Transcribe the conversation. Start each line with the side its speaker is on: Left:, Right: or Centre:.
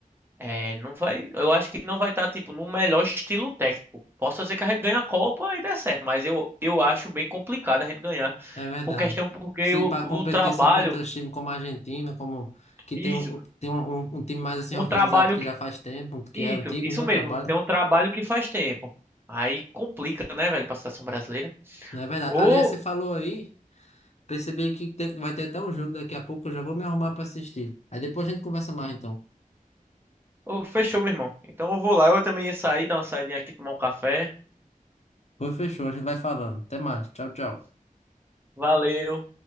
Right: É, não vai. Eu acho que não vai estar, tipo, no melhor estilo técnico. possa ser que a gente ganhe a Copa e dê certo, mas eu, eu acho bem complicado a gente ganhar.
Left: é verdade.
Right: Por questão, porque
Left: Se
Right: o,
Left: para
Right: o
Left: competir
Right: trabalho.
Left: assim contra time como a Argentina, como que
Right: Isso.
Left: tem um, um- tem um, um- um time mais assim
Right: Um
Left: organizado
Right: trabalho
Left: que
Right: que.
Left: já faz tempo, que
Right: Isso,
Left: é antigo,
Right: isso
Left: né, o
Right: mesmo.
Left: trabalho.
Right: Tem um trabalho que faz tempo. Aí complica, né, velho, pra seleção brasileira.
Left: Não é verdade.
Right: Ou.
Left: Aliás, você falou aí, percebi aqui que tem- vai ter até um jogo daqui a pouco, eu já vou me arrumar pra assistir. Aí depois a gente conversa mais então.
Right: ou fechou, meu irmão. Então eu vou lá. Eu também ia sair, dar uma saidinha aqui, tomar um café.
Left: Pois fechou, a gente vai falando. Até mais. Tchau, tchau.
Right: Valeu.